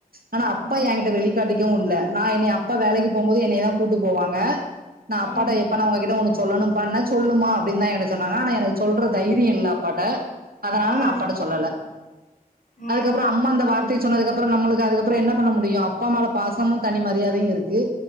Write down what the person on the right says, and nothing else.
ஆனா அப்பா
என்கிட்ட வெளி வெளிக்காட்டிக்கவும் இல்ல நான் என்னைய அப்பா வேலைக்கு போவும் போது என்னைய தான் கூட்டு போவாங்க நான் அப்பாட்ட
எப்பா நான் உங்ககிட்ட ஒன்னு சொல்லணும்ப்பானேன் சொல்லுமா அப்டின்னு தான் என சொன்னாங்க ஆனா எனக்கு சொல்ற தைரியம் இல்லை அப்பாட்ட அதனால
நான் அப்பாட்ட சொல்லல
அதுக்கப்பறம் அம்மா அந்த வார்த்தைய சொன்னதுக்கு அப்பறம் நம்மளுக்கு அதுக்கப்பறம் என்ன பண்ண முடியும் அப்பா மேல பாசமும் தனி மரியாதையும் இருக்கு